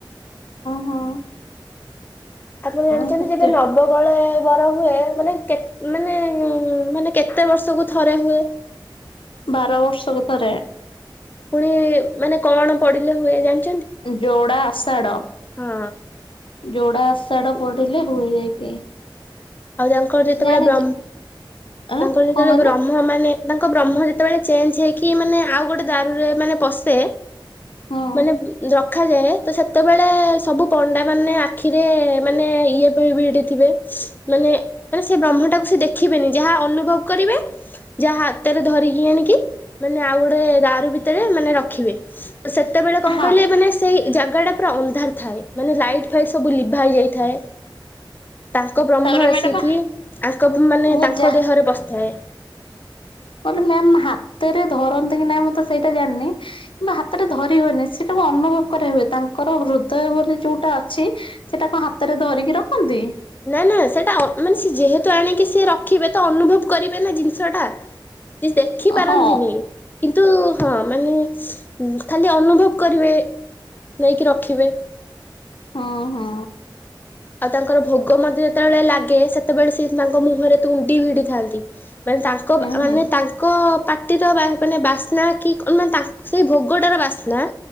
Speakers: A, on the left; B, on the left.
A: ହଁ
B: ଆପଣ ଜାଣିଛନ୍ତି
A: ହଁ ସତେ
B: ଯେବେ ନବକଳେବର ର ହୁଏ ମାନେ କେତ ମାନେ ମାନେ କେତେ ବର୍ଷକୁ ଥରେ ହୁଏ?
A: ବାର ବର୍ଷକୁ ଥରେ।
B: ପୁଣି ମାନେ କଣ ପଡିଲେ ହୁଏ ଜାଣି
A: ଯୋଡା ଆଷାଢ
B: ହଁ
A: ଯୋଡାସ ସଢ଼ ପଡିଲେ ହୁଏ ଯାଇକି।
B: ଆଉ ତାଙ୍କର ଯେତେବେଳେ
A: ଜାଣିଛି
B: ବ୍ରହ୍ମ
A: ଆଁ
B: ତାଙ୍କର ଯେତେବେଳେ
A: କଣ କହିଲେ
B: ବ୍ରହ୍ମ ମାନେ ତାଙ୍କ ବ୍ରହ୍ମ ଯେତେବେଳେ ଚେଞ୍ଜ ହେଇକି ମାନେ ଆଉ ଗୋଟେ ଦାରୁରେ ମାନେ ପଶେ
A: ହଁ
B: ମାନେ ର ରଖାଯାଏ ତ ସେତେବେଳେ ସବୁ ପଣ୍ଡା ମାନେ ଆଖିରେ ମାନେ ଇଏ ଭି-ଭିଡ଼ି ଥିବେ। ମାନେ ମାନେ ସେ ବ୍ରହ୍ମଟାକୁ ସେ ଦେଖିବେନି ଯାହା ଅନୁଭବ କରିବେ। ଯାହା ହାତରେ ଧରିକି ଆଣିକି, ମାନେ ଆଉ ଗୋଟେ ଦାରୁ ଭିତରେ ମାନେ ରଖିବେ। ସେତେବେଳେ କଣ
A: ହଁ
B: କହିଲେ ମାନେ ସେଇ ଜାଗାଟା ପୁରା ଅନ୍ଧାର ଥାଏ ମାନେ ଲାଇଟ୍ ଫାଇଟ ସବୁ ଲିଭା ହେଇ ଯାଇଥାଏ, ତା ବ୍ରହ୍ମ
A: ତାପରେ
B: ଆସିକି,
A: ମ୍ୟାଡାମ
B: ଆଙ୍କ ମାନେ
A: ମୁଁ
B: ତାଙ୍କ
A: ଯା
B: ଦେହରେ ପଶିଥାଏ।
A: <unintelligible> କ ମ୍ୟା ହାତରେ ଧରନ୍ତି କି ନାଇଁ ମୁଁ ତ ସେଇଟା ଜାଣିନି କିମ୍ବା ହାତରେ ଧରି ହୁଏନି ସେଟା ଅନୁଭବ କରାହୁଏ, ତାଙ୍କର ହୃଦୟ ବୋଲି ଯୋଉଟା ଅଛି, ସେଟାକୁ ହାତରେ ଧରିକି ରଖନ୍ତି।
B: ନା, ନା, ସେଇଟା ମାନେ ଯେହେତୁ ଆଣିକି ସିଏ ରଖିବେ ତ ଅନୁଭବ କରିବେ ନା, ଜିନିଷ ଟା ସିଏ ଦେଖି ପାରନ୍ତିନି?
A: ହଁ
B: କିନ୍ତୁ ହଁ ମାନେ ଖାଲି ଅନୁଭବ କରିବେ। ନେଇକି ରଖିବେ।
A: ହୁଁ ହୁଁ
B: ଆଉ ତାଙ୍କର ଭୋଗ ମଧ୍ୟ ଯେତେବେଳେ ଲାଗେ ସେତେବେଳେ ସିଏ ତାଙ୍କ ମୁହଁରେ ତୁଣ୍ଡି ଭିଡି ଥାନ୍ତି। ମାନେ, ତାଙ୍କ
A: ହୁଁ
B: ମାନେ, ତାଙ୍କ ପାଟିର ମାନେ ବାସ୍ନା କି, ମାନେ ତାଙ୍କ ସେଇ ଭୋଗଟାର ବାସ୍ନା,